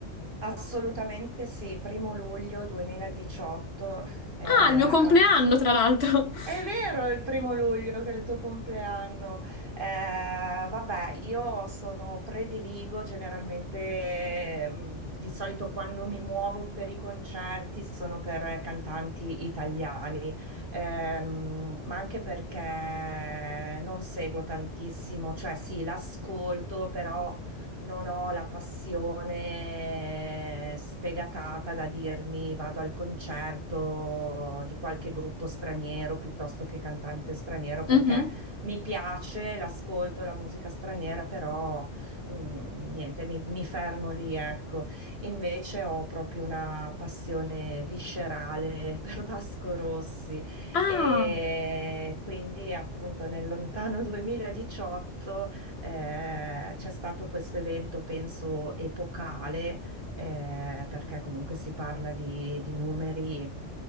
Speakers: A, on the right; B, on the left.
A: assolutamente sì, primo luglio 2018, eh,
B: Ah, il mio compleanno,
A: anzi,
B: tra l'altro. <laughs>
A: È vero, è il primo luglio che è il tuo compleanno. Eh, vabbè, io sono prediligo generalmente, mm, di solito quando mi muovo per i concerti sono per eh, cantanti italiani, Ehm, ma anche perché non seguo tantissimo, cioè sì, l'ascolto, però non ho la passione sfegatata da dirmi vado al concerto di qualche gruppo straniero piuttosto che cantante straniero perché
B: Mhm.
A: mi piace, l'ascolto, la musica straniera, però mm, niente, mi, mi fermo lì, ecco. Invece ho proprio una passione viscerale <laughs> per Vasco Rossi.
B: Ah,
A: E quindi appunto nel lontano 2018 eh, c'è stato questo evento, penso, epocale, eh, perché comunque si parla di, di numeri